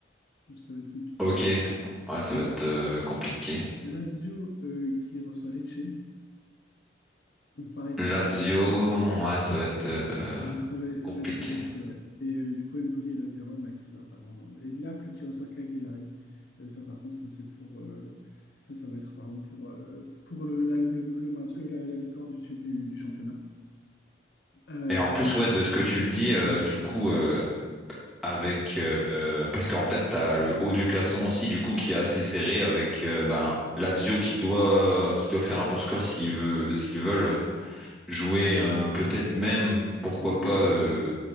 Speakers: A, on the left; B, in the centre.
A: donc ça va être compliqué.
B: Ok. Ouais, ça
A: Euh,
B: va être euh, compliqué.
A: Lazio euh, qui reçoit Lecce, donc pareil, ça
B: Lazio,
A: risque d'être. euh,
B: ouais, ça va être euh,
A: Ça va être, ça va,
B: compliqué.
A: ça va être dur aussi, ouais. Et euh, du coup, Empoli et Las Vérone, là, qui va vraiment. euh, et Naples qui reçoit Cagliari. Euh, ça, par contre, ça, c'est pour. euh, ça, ça va être, pardon, pour, euh, pour le, la, le, le maintien- euh, la, la victoire du, du, du championnat. Euh,
B: Et en plus, ouais, de ce que tu me dis, euh,
A: mais non, c'est
B: du coup, euh, avec euh, euh, parce qu'en fait, t'as le haut du classement aussi, du coup, qui est assez serré avec euh, ben Lazio qui doit qui doit faire un bon score s'ils veut s'ils veulent jouer euh, peut-être même pourquoi
A: la Ligue
B: pas
A: des
B: euh,
A: Champions.